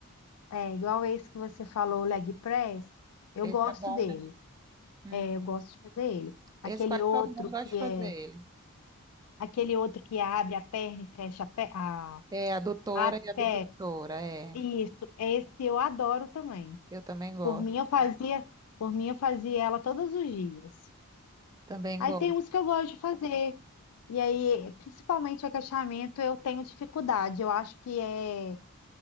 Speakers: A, on the left; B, on the right.
A: é igual esse que você falou, o leg press, eu
B: Esse
A: gosto
B: é bom,
A: dele.
B: né? Hum.
A: É, eu gosto de fazer ele. Aquele
B: Esse quase
A: outro
B: todo mundo gosta
A: que
B: de fazer
A: é
B: ele.
A: aquele outro que abre a perna e fecha a, pe- a,
B: É, adutora
A: a
B: e abdutora,
A: perna.
B: é.
A: Isso, esse eu adoro também.
B: Eu também gosto.
A: Por mim eu fazia, por mim eu fazia ela todos os dias.
B: Também
A: Aí
B: gosto.
A: tem uns que eu gosto de fazer. E aí, principalmente o agachamento, eu tenho dificuldade. Eu acho que é